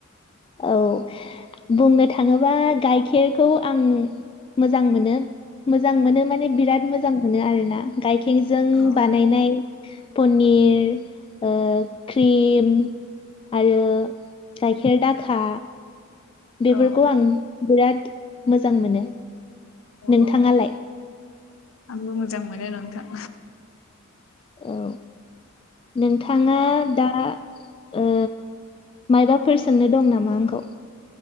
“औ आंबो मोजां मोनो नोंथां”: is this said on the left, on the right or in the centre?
Left